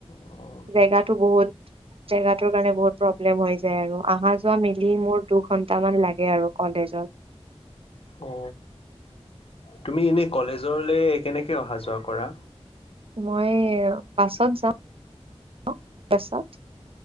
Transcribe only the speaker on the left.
অ'
উ অ তুমি এনে কলেজলে কেনেকে অহা যোৱা কৰা।